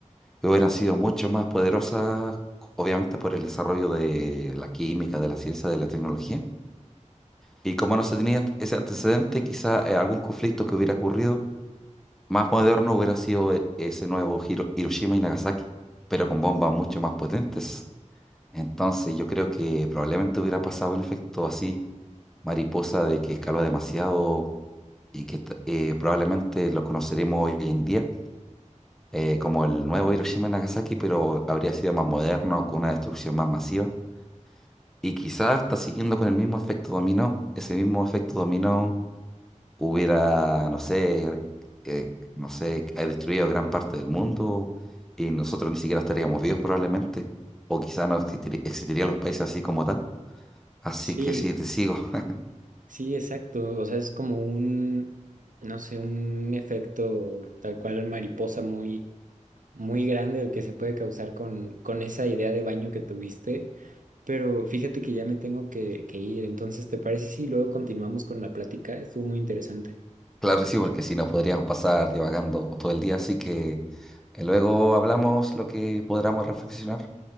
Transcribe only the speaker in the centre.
y hubieran sido mucho más poderosas, obviamente por el desarrollo de la química, de la ciencia, de la tecnología. Y como no se tenía ese antecedente, quizá eh, algún conflicto que hubiera ocurrido más moderno hubiera sido e- ese nuevo Hiro- Hiroshima y Nagasaki, pero con bombas mucho más potentes. Entonces yo creo que probablemente hubiera pasado un efecto así, mariposa, de que escaló demasiado y que t- eh, probablemente lo conoceremos hoy en día eh, como el nuevo Hiroshima y Nagasaki, pero habría sido más moderno, con una destrucción más masiva. Y quizás hasta siguiendo con el mismo efecto dominó, ese mismo efecto dominó hubiera, no sé, eh, no sé, ha destruido gran parte del mundo y nosotros ni siquiera estaríamos vivos probablemente, o quizás no existiri- existirían los países así como tal. Así
que sí, te sigo. <laughs>
Claro que sí, porque si no podríamos pasar divagando todo el día, así que eh, luego hablamos lo que podamos reflexionar.